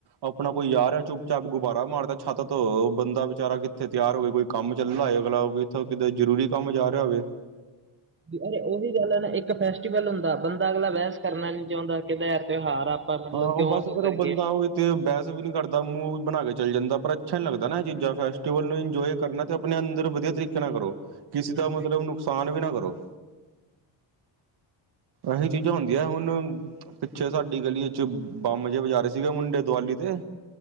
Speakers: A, on the right (about 55°); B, on the right (about 25°).
A: ਆਪਣਾ ਕੋਈ ਆ ਰਹਾ ਚੁੱਪ ਚਾਪ ਗੁਬਾਰਾ ਮਾਰਤਾ ਛੱਤ ਤੋ ਬੰਦਾ ਵਿਚਾਰਾ ਕਿੱਥੇ ਤਿਆਰ ਹੋਵੇ ਕੋਈ ਕੰਮ ਚੱਲਾ ਏ ਅਗਲਾ ਇੱਥੋਂ ਕਿਤੇ ਜਰੂਰੀ ਕੰਮ ਜਾ ਰਿਹਾ ਹੋਵੇ।
B: ਅ ਉਹੀ ਗੱਲ ਹੈ ਨਾ ਇੱਕ ਫੈਸਟੀਵਲ ਹੁੰਦਾ ਬੰਦਾ ਅਗਲਾ ਬਹਿਸ ਕਰਨਾ ਨੀ ਚਾਹੁੰਦਾ ਕਿਹਦਾ ਤਿਉਹਾਰ ਆ ਮਤਲਬ
A: ਹਾਂ
B: ਕਿਉਂ
A: ਬਸ ਫਿਰ
B: ਕਰੀਏ
A: ਉਹ ਬੰਦਾ ਉਹ ਤੇ ਬਹਿਸ ਵੀ ਨੀ ਕਰਦਾ ਮੂੰਹ ਬਣਾ ਕੇ ਚੱਲ ਜਾਂਦਾ ਪਰ ਅੱਛਾ ਨੀ ਲੱਗਦਾ ਨਾ ਇਹ ਚੀਜ਼ਾ ਫੈਸਟੀਵਲ ਨੂੰ ਇੰਜੋਏ ਕਰਨਾ ਤੇ ਆਪਣੇ ਅੰਦਰ ਵਧੀਆ ਤਰੀਕੇ ਨਾਲ ਕਰੋ ਕਿਸੇ ਦਾ
B: ਹਮ
A: ਮਤਲਬ ਨੁਕਸਾਨ ਵੀ ਨਾ ਕਰੋ। ਇਹੀ ਚੀਜ਼ਾਂ ਹੁੰਦੀਆਂ ਹੁਣ ਪਿੱਛੇ ਸਾਡੀ ਗਲੀ ਇਚ ਬੰਬ ਜਿਹੇ ਵਜਾ ਰੇ ਸੀਗੇ ਮੁੰਡੇ ਦੁਆਲੀ ਤੇ